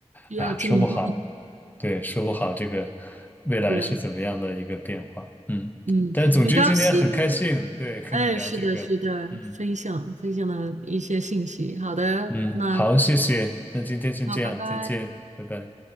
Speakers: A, on the right; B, on the left.
A: 需要进化。
B: 哎呀，说不好，嗯对，说不好这个未来是怎么样的一个变化。
A: 是，
B: 嗯，
A: 嗯，
B: 但是总之今天很开心，
A: 很高兴，
B: 对，和你聊这个。
A: 哎，是的，是的，
B: 嗯
A: 分享分享了一些信息。好的，
B: 嗯，
A: 那
B: 好，谢谢，那今天先这样，
A: 好，拜拜。
B: 再见，拜拜。